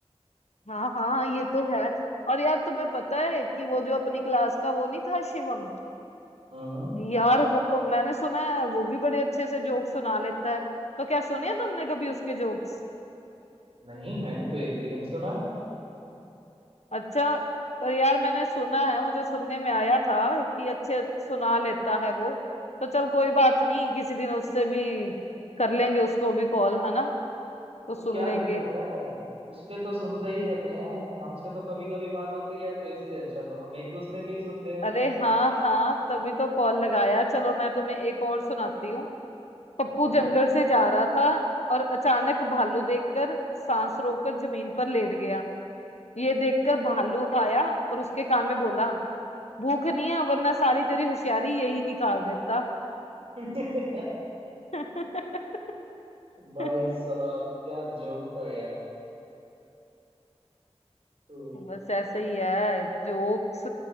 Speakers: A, on the left (about 80°); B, on the right (about 60°).
A: हाँ हाँ ये तो है और यार तुम्हें पता है कि वो जो अपनी क्लास का वो नहीं था शिवम
B: हम्म
A: यार वो मैंने सुना है वो भी बड़े अच्छे से जोक सुना लेता है तो क्या सुने हैं तुमने कभी उसके जोक्स
B: नहीं मैंने तो एक भी नहीं सुना
A: अच्छा पर यार मैंने सुना है मुझे सुनने में आया था कि अच्छे सुना लेता है वो तो चल कोई बात नहीं किसी दिन उससे भी कर लेंगे उसको भी कॉल है ना तो
B: तो
A: सुन
B: क्या
A: लेंगे
B: दिक्कत है उसके तो सुनते ही रहते हैं हमसे तो कभी कभी बात होती है तो इससे अच्छा तो हम एक दूसरे के ही सुनते हैं
A: अरे हाँ हाँ तभी तो कॉल लगाया चलो मैं तुम्हें एक और सुनाती हूँ पप्पू
B: बिल्कुल
A: जंगल से जा रहा था और अचानक भालू देखकर सांस रोककर जमीन पर लेट गया ये देखकर भालू आया और उसके कान में बोला भूख नहीं है वरना सारी तेरी होशियारी यही निकाल देता
B: <laughs>
A: <laughs>
B: भाई साहब क्या जोक था यार तो
A: बस ऐसे ही है जोक्स